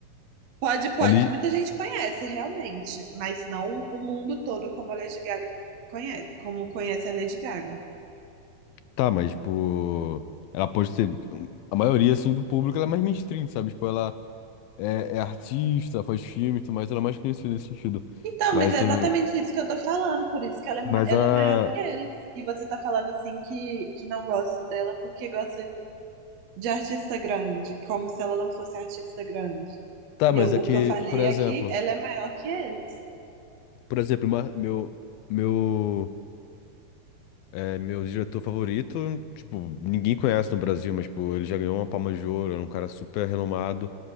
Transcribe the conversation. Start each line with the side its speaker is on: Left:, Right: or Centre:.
Right: Pode, pode.
Left: Ali,
Right: Muita gente conhece, realmente, mas não o mundo todo como a Lady Gaga conhece, como conhece a Lady Gaga.
Left: tá, mas, tipo, ela pode ser. A maioria, assim, do público, ela é mais mainstream, sabe? Tipo, ela é, é artista, faz filme e tudo mais, ela é mais conhecida nesse sentido.
Right: Então,
Left: Mas,
Right: mas é exatamente
Left: o-
Right: isso que eu tô falando, por isso que ela é,
Left: mas
Right: ma- ela
Left: a.
Right: é maior que eles. E você tá falando assim que, que não gosta dela porque gosta de artista grande, como se ela não fosse artista grande.
Left: Tá,
Right: E
Left: mas
Right: eu-
Left: aqui,
Right: o que eu falei
Left: por exemplo.
Right: é que ela é maior que eles.
Left: Por exemplo, ma- meu. Meu. É meu diretor favorito, tipo, ninguém conhece no Brasil, mas, tipo, ele já ganhou uma Palma de Ouro, é um cara super renomado